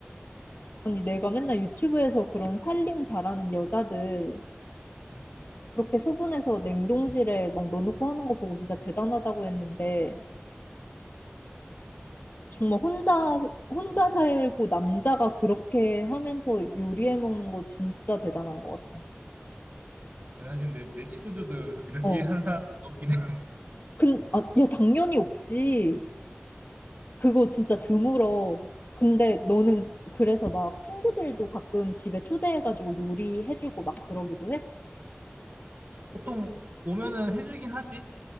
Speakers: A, on the left (about 50°); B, on the right (about 45°).
A: 아니, 내가 맨날 유튜브에서 그런 살림 잘하는 여자들
B: 음.
A: 그렇게 소분해서 냉동실에 막 넣어놓고 하는 거 보고 진짜 대단하다고 했는데, 정말 혼자, 혼자 살고 남자가 그렇게 하면서 요리해 먹는 거 진짜 대단한 것 같아.
B: 사실 내, 내 친구들도 <laughs> 이렇게
A: 어.
B: 한 사람 없긴 해. <laughs>
A: 근, 아, 야, 당연히 없지. 그거 진짜 드물어. 근데 너는 그래서 막 친구들도 가끔 집에 초대해가지고 요리해주고 막 그러기도 해?
B: 보통 오면은 해주긴 하지.